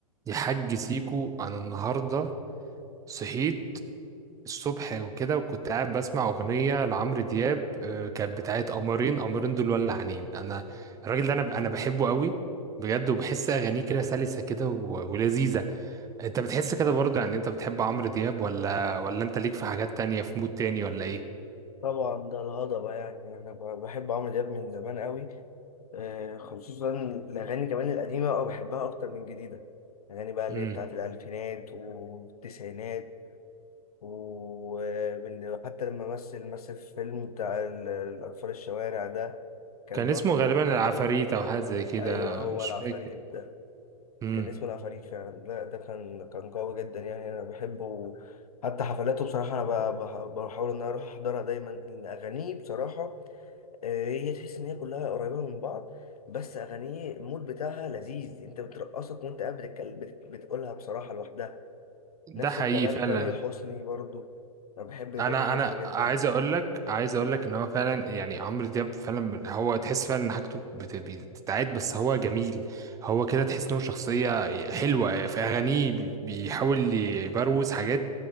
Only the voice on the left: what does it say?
طبعا ده الهضبة يعني أنا ب- بحب عمرو دياب من زمان قوي آه، خصوصا الأغاني كمان القديمة أو بحبها أكتر من الجديدة الأغاني بقى اللي
هي بتاعت الألفينات والتسعينات وحتى لما مثل مثل في فيلم بتاع ال- الأطفال الشوارع ده كان
برضو
أيوه هو
العفاريت
ده
كان اسمه العفاريت فعلا لا ده كان كان قوي جدا يعني أنا بحبه حتى حفلاته بصراحة أنا ب- بح- بحاول إن أنا أروح أحضرها دايما لأن أغانيه بصراحة آه، هي تحس ان هي كلها قريبه من بعض بس اغانيه المود بتاعها لذيذ انت بترقصك وانت قاعد بتتكلم بت- بتقولها بصراحه لوحدها
نفس
الكلام
تامر حسني برضو انا بحب
تامر
حسني جدا